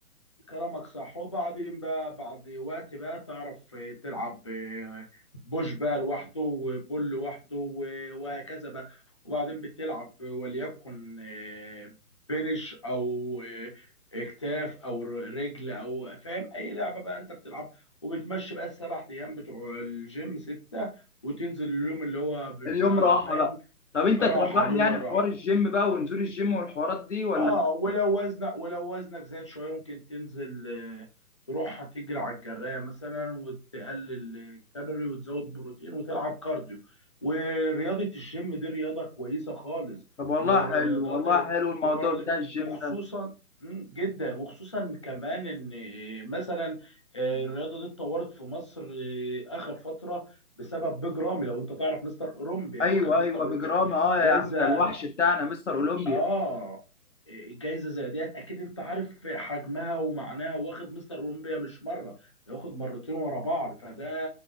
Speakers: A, on the left; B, on the left.
A: كلامك صح وبعدين بقى بعد وقت بقى تعرف آه، تلعب آه، بوش بقى لوحده وبول لوحده و- وهكذا بقى وبعدين بتلعب وليكن آه، بنش او آه، اكتاف او ر- رجل او فاهم اي لعبه بقى انت بتلعب وبتمشي بقى السبع ايام بتوع الجيم سته وتنزل اليوم اللي هو بيبقى
B: اليوم راحه
A: فاهم
B: بقى طب انت
A: راحه
B: ترجح
A: اليوم
B: لي يعني
A: الراحه
B: حوار الجيم بقى ونزول الجيم والحوارات دي ولا
A: اه ولو وزنك ولو وزنك زاد شويه ممكن تنزل آه، تروح تجري على الجرايه مثلا وتقلل الكالوري وتزود بروتين وتلعب كارديو ورياضه الجيم دي رياضه كويسه خالص
B: طب والله
A: ومن الرياضات
B: حلو والله حلو الموضوع
A: ومن الرياض-
B: بتاع الجيم
A: وخصوصا
B: ده
A: مم، جدا وخصوصا كمان ان آه، مثلا آه، الرياضه دي اتطورت في مصر آه، اخر فتره بسبب بيج رامي لو انت تعرف مستر اولمبيا
B: ايوه
A: واخد مستر
B: ايوه
A: اولمبيا
B: بجرام اه
A: جايزه
B: يا عم ده الوحش بتاعنا مستر اولمبيا
A: اه جايزه زي ديت اكيد انت عارف حجمها ومعناها واخد مستر اولمبيا مش مره ده واخد مرتين ورا بعض فده